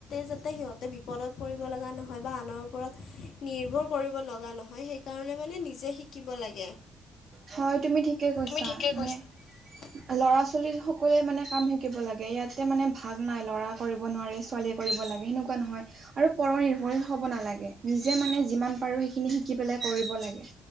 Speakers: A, on the left; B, on the right.
A: তাতে সিহঁতে বিপদত পৰিব লগা নহয় বা আনৰ ওপৰত নিৰ্ভৰ কৰিব লগা নহয়। সেই কাৰণে মানে নিজে শিকিব লাগে।
B: হয়, তুমি ঠিকে কৈছা
A: তুমি ঠিকে
B: মানে
A: <unintelligible>
B: ল'ৰা-ছোৱালী সকলোৱে মানে কাম শিকিব লাগে, ইয়াতে মানে ভাগ নাই ল'ৰা কৰিব নোৱাৰে ছোৱালী কৰিব লাগে, সেনেকুৱা নহয়। আৰু পৰ নিৰ্ভৰশীল হ'ব নালাগে, নিজে মানে যিমান পাৰো সেইখিনি শিকি পেলাই কৰিব লাগে।